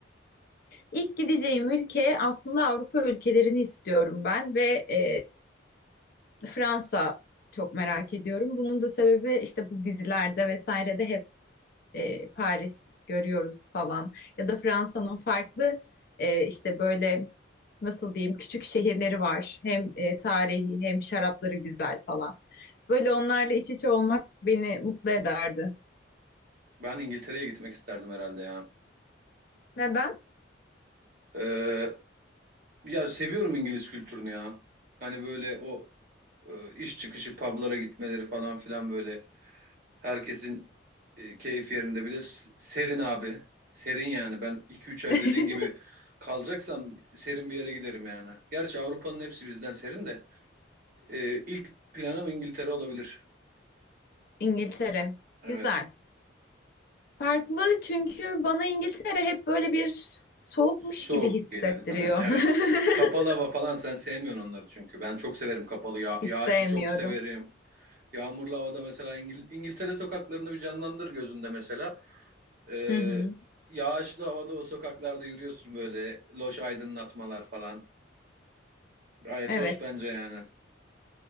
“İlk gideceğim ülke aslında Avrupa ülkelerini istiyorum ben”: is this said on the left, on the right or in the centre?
Left